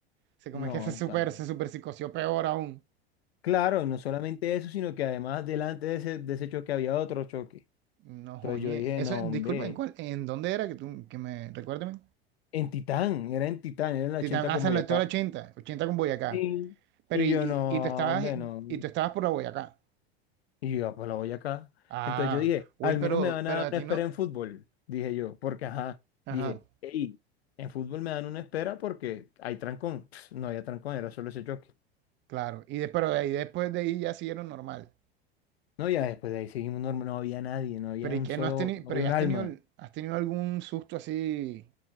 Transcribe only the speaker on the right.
se, como
es que se super,
se super psicoció peor aún.
No,
oye,
eso,
disculpa,
¿en cuál, en dónde era que tú, que me, recuérdame?
Titán, ah,
San
Lector 80, 80 con Boyacá.
Pero,
y,
y, y tú estabas,
y tú estabas por la Boyacá.
Ah,
uy,
pero,
pero
a
ti
no,
ajá,
claro. Y de, pero de ahí, después de ahí ya siguieron normal.
Pero ¿y
qué
no has tenido?
Pero
ya
has
tenido, has tenido algún susto así.